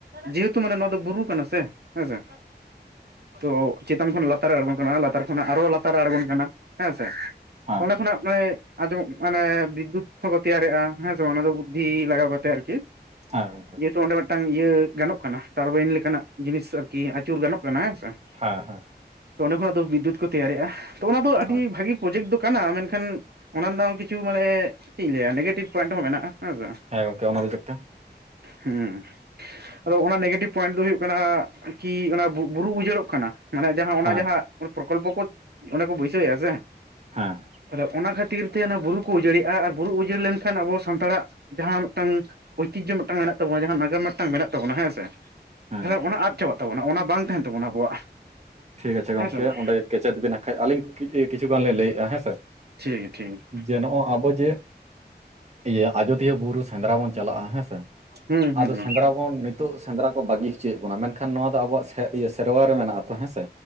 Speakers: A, on the right; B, on the right.
A: ᱡᱮᱦᱮᱛᱩ ᱢᱟᱱᱮ ᱱᱚᱣᱟ ᱫᱚ ᱵᱩᱨᱩ ᱠᱟᱱᱟ ᱥᱮ ᱦᱮᱸ ᱥᱮ ᱛᱚ ᱪᱮᱛᱟᱱ ᱠᱷᱚᱱ ᱞᱟᱛᱟᱨ ᱨᱮ ᱟᱬᱜᱚᱱ ᱠᱟᱱᱟ ᱞᱟᱛᱟᱨ ᱠᱷᱚᱱᱟᱜ ᱟᱨᱦᱚᱸ ᱞᱟᱛᱟᱨ ᱨᱮ ᱟᱬᱜᱚᱱ ᱠᱟᱱᱟ ᱦᱮᱸ ᱥᱮ
B: ᱦᱮᱸ
A: ᱚᱱᱟ ᱠᱷᱚᱱᱟᱜ ᱢᱟᱱᱮ ᱟᱸᱡᱚᱢ ᱢᱟᱱᱮ <unintelligible> ᱠᱚ ᱛᱮᱭᱟᱨᱮᱜ? ᱼᱟ ᱦᱮᱸ ᱥᱮ ᱵᱟᱝ ᱚᱱᱟ ᱫᱚ ᱵᱩᱫᱽᱫᱷᱤ ᱞᱟᱜᱟᱣ ᱠᱟᱛᱮᱜ
B: ᱦᱮᱸ ᱜᱚᱝᱠᱮ
A: ᱤᱭᱟᱹ ᱛᱚ ᱚᱱᱰᱮ ᱢᱤᱫᱴᱟᱝ ᱤᱭᱟᱹ ᱜᱟᱱᱚᱜ ᱠᱟᱱᱟ ᱴᱟᱨᱵᱟᱭᱤᱱ ᱞᱮᱠᱟᱱᱟᱜ ᱡᱤᱱᱤᱥ ᱟᱨᱠᱤ ᱟᱹᱪᱩᱨ ᱜᱟᱱᱚᱜ ᱠᱟᱱᱟ ᱦᱮᱸ ᱥᱮ ᱵᱟᱝ
B: ᱦᱮᱸ ᱦᱮᱸ
A: ᱛᱚ ᱚᱸᱰᱮ ᱠᱷᱚᱭᱜ ᱫᱚ ᱵᱤᱫᱽᱭᱩᱛ ᱠᱚ ᱛᱮᱭᱟᱨᱮᱜᱼᱟ ᱛᱚ ᱚᱱᱟ ᱫᱚ ᱟᱹᱰᱤ
B: ᱟᱪ-
A: ᱵᱷᱟᱹᱜᱤ ᱯᱨᱚᱡᱮᱠᱴ ᱫᱚ ᱠᱟᱱᱟ ᱢᱮᱱᱠᱷᱟᱱ ᱚᱱᱟ ᱨᱮᱱᱟᱜ ᱠᱤᱪᱷᱩ ᱢᱟᱱᱮ ᱪᱮᱫ ᱤᱧ ᱞᱟᱹᱭᱟ ᱱᱮᱜᱮᱴᱤᱵᱽ ᱯᱚᱭᱮᱱᱴ ᱦᱚᱸ ᱢᱮᱱᱟᱜᱼᱟ ᱦᱮᱸᱥᱮ
B: ᱦᱮᱸ ᱜᱚᱝᱠᱮ ᱚᱱᱟ ᱚᱵᱷᱤᱡᱚᱠ ᱛᱮ
A: ᱦᱩᱸ ᱟᱫᱚ ᱚᱱᱟ ᱱᱮᱜᱮᱴᱤᱵᱷ ᱯᱚᱭᱮᱱᱴ ᱫᱚ ᱦᱩᱭᱩᱜ ᱠᱟᱱᱟ ᱠᱤ ᱚᱱᱟ ᱵᱩᱨᱩ ᱩᱡᱟᱹᱲᱚᱜ ᱠᱟᱱᱟ᱾ ᱢᱟᱱᱮ ᱡᱟᱦᱟᱸ ᱚᱱᱟ
B: ᱦᱮᱸ
A: ᱡᱟᱦᱟᱸ ᱯᱨᱚᱠᱚᱞᱯᱚ ᱠᱚ ᱚᱸᱰᱮ ᱠᱚ ᱵᱟᱹᱭᱥᱟᱹᱣᱮᱜᱼᱟ ᱥᱮ
B: ᱦᱮᱸ
A: ᱟᱫᱚ ᱚᱱᱟ ᱠᱷᱟᱹᱛᱤᱨ ᱛᱮ ᱚᱱᱟ ᱵᱩᱨᱩ ᱠᱚ ᱩᱡᱟᱹᱲᱮᱜᱼᱟ ᱟᱨ ᱵᱩᱨᱩ ᱩᱡᱟᱹᱲ ᱞᱮᱱᱠᱷᱟᱱ ᱟᱵᱚ ᱥᱟᱱᱛᱟᱲᱟᱜ ᱡᱟᱦᱟᱸ ᱢᱤᱫᱴᱟᱝ ᱳᱭᱪᱤᱡᱮ ᱢᱤᱫᱴᱟᱝ ᱢᱮᱱᱟᱜ ᱛᱟᱵᱚᱱᱟ ᱡᱟᱦᱟᱸ ᱱᱟᱜᱟᱢ ᱢᱤᱫᱴᱟᱝ ᱢᱮᱱᱟᱜ ᱛᱟᱵᱚᱱᱟ ᱦᱮᱸᱥᱮ
B: ᱦᱮᱸ
A: ᱛᱟᱦᱚᱞᱮ
B: ᱜᱚᱝᱠᱮ
A: ᱚᱱᱟ ᱟᱫ ᱪᱟᱵᱟᱜᱼ ᱛᱟᱵᱚᱱᱟ <unintelligible> ᱚᱱᱟ ᱵᱟᱝ ᱛᱟᱦᱮᱱ ᱛᱟᱵᱚᱱᱟ ᱟᱵᱚᱣᱟᱜ᱾
B: ᱴᱷᱤᱠ ᱟᱪᱷᱮ ᱜᱚᱝᱠᱮ
A: ᱦᱮᱸ ᱥᱮ ᱵᱟᱝ
B: ᱚᱸᱰᱮ ᱠᱮᱪᱮᱫ ᱵᱮᱱᱟᱜ ᱠᱷᱟᱡ ᱟᱹᱞᱤᱧ <unintelligible> ᱠᱤᱪᱷᱩ ᱜᱟᱱ ᱞᱮ ᱞᱟᱹᱭᱮᱜᱼᱟ ᱦᱮᱸ ᱥᱮ᱾
A: ᱴᱷᱤᱠ ᱜᱮ ᱴᱷᱤᱠ
B: ᱡᱮ
A: <unintelligible>
B: ᱱᱚᱜᱼᱚᱭ ᱟᱵᱚ ᱡᱮ ᱤᱭᱟᱹ ᱟᱡᱚᱫᱤᱭᱟᱹ ᱵᱩᱨᱩ ᱥᱮᱸᱫᱽᱨᱟ ᱵᱚᱱ ᱪᱟᱞᱟᱜᱼᱟ ᱦᱮᱸ ᱥᱮ᱾ <unintelligible>
A: ᱦᱩᱸ ᱦᱩᱸ
B: ᱟᱫᱚ ᱥᱮᱸᱫᱽᱨᱟ
A: ᱦᱩᱸ
B: <unintelligible> ᱱᱤᱛᱚᱜ ᱥᱮᱸᱫᱽᱨᱟ ᱠᱚ ᱵᱟᱹᱜᱤ ᱦᱚᱪᱚᱭᱮᱫ ᱵᱚᱱᱟ ᱢᱮᱱᱠᱷᱟᱱ ᱱᱚᱣᱟ ᱫᱚ ᱟᱵᱚᱣᱟᱜ <unintelligible> ᱥᱮᱨᱣᱟ ᱨᱮ ᱢᱮᱱᱟᱜᱼᱟ ᱛᱚ ᱦᱮᱸ ᱥᱮ᱾